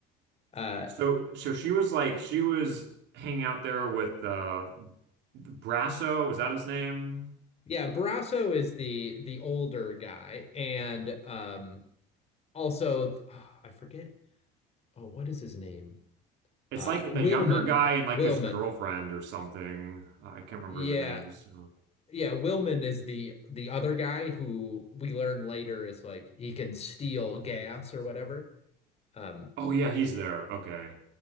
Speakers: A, on the left (about 30°); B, on the right (about 65°).
A: Uh
B: So, so she was like, she was hanging out there with uh, Brasso. Was that his name?
A: yeah, Barrasso is the the older guy and um also th- oh, I forget oh what is his name?
B: It's
A: Uh
B: like
A: Willman.
B: the younger guy and like
A: Willman.
B: his girlfriend or something. I can't remember
A: Yeah.
B: their names.
A: Yeah, Willman is the the other guy who we learn later is like he can steal gas or whatever. Um
B: Oh yeah, he's there. Okay.